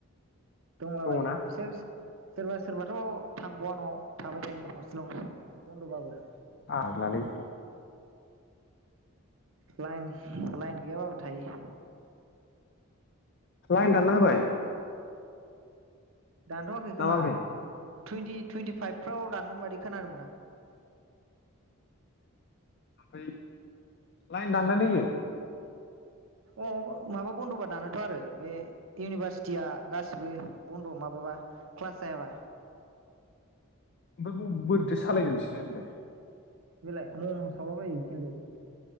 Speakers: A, on the right (about 65°); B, on the left (about 50°).
A: दंलाबायो
B: दङना
A: बिसोर सोरबा सोरबा थ' थांबावा नआव थाबाय थायो हस्टेलावनो बन्दबाबो।
B: फाग्लालै
A: लाइन लाइन गैयाबा बो थायो।
B: लाइन दानना होबाय।
A: दानथ'वाखै खोमा
B: ना माबोरै
A: टुइन्टि टुइन्टि फाइभ फ्राव दानगोन बादि खोनादोंमोन आं।
B: ओमफ्राय लाइन दानलायलायो?
A: अ माबा बन्दबा दानोथ आरो बे इउनिभारसिटिया। गासिबो बन्द माबाबा। क्लास जायाबा।
B: ओमफ्राय ब-बोरैथो सालायगोन बिसोरलाय होनबालाय।
A: बेलाय मम सावला बायो। खेनदेल।